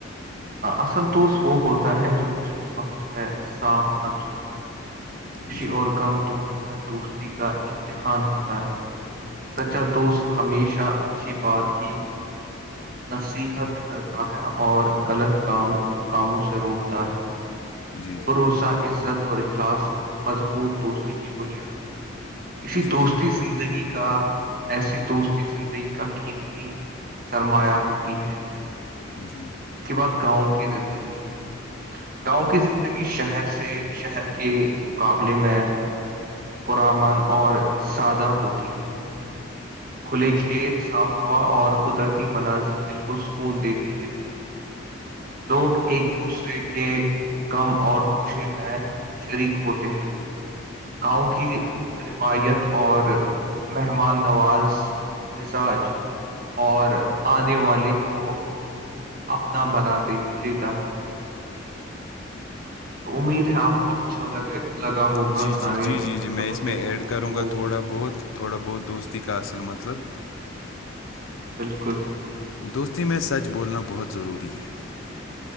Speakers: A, on the right; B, on the left.
A: اصل توست وہ ہوتا ہے جو مشکل ل وقت میں ساتھ نہ چھوڑی خوشی
B: جی
A: اور غم دونوں میں دوستی کا امتحان ہوتا ہے سچا
B: جی جی
A: دوست ہمیشہ اچھی بات ہی نصیحت کرتا ہے اور غلط کام کاموں سے روکتا ہے
B: جی
A: بھروسہ عزت اور اخلاص مضبوط دوستی کی بنیاد ہے اسی
B: جی
A: دوستی
B: جی جی جی
A: زندگی کا ایسی دوستی زندگی کا قیمتی سرمایہ ہوتی ہے
B: جی <unintelligible>
A: اس کے بعد گاؤں کی زندگی گاؤں کی زندگی شہر سے شہر کے مقابلے میں پرامن اور سادہ ہوتی ہے کھلے کھیت صاف ہوا اور قدرتی مناظر دل کو سکون دیتی ہے لوگ ایک دوسرے کے غم اور خوشی میں شریک ہوتے ہیں گاؤں کی روایت اور مہمان نواز مزاج اور آنے والے کو اپنا بنا د لیتا ہے تو امید ہے آپ کو اچھا لگے لگا ہوگا
B: جی
A: ساری
B: جی جی جی میں
A: جو ہم
B: اس میں
A: نے
B: ایڈ
A: گفتگو
B: کروں گا تھوڑا
A: کی
B: بہت تھوڑا بہت دوستی کا اصل مطلب
A: بالکل
B: دوستی میں سچ بولنا بہت ضروری ہے